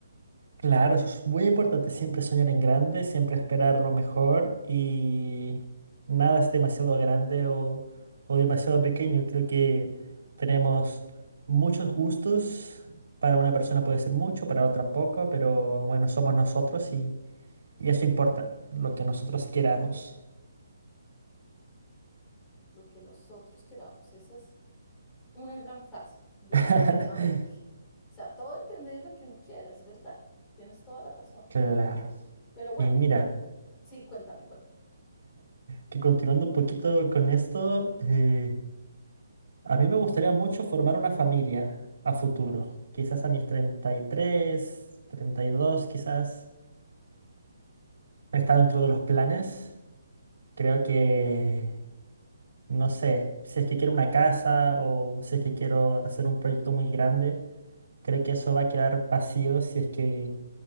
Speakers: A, on the right; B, on the left.
A: Claro, eso es muy importante, siempre soñar en grande, siempre esperar lo mejor y nada es demasiado grande o, o demasiado pequeño. Creo que tenemos muchos gustos, para una persona puede ser mucho, para otra poco, pero bueno, somos nosotros y... Y eso importa, lo que nosotros queramos.
B: Lo que nosotros queramos. Esa es una gran frase, definitivamente.
A: <laughs>
B: O sea, todo depende de lo que uno quiera, es verdad. Tienes toda la razón.
A: Claro.
B: Pero bueno,
A: Y mira,
B: sí, cuéntame, cuéntame.
A: que continuando un poquito con esto, eh, a mí me gustaría mucho formar una familia a futuro. Quizás a mis treinta treinta y tres, treinta y dos, quizás. Está dentro de los planes. Creo que, no sé, si es que quiero una casa o si es que quiero hacer un proyecto muy grande, creo que eso va a quedar vacío si es que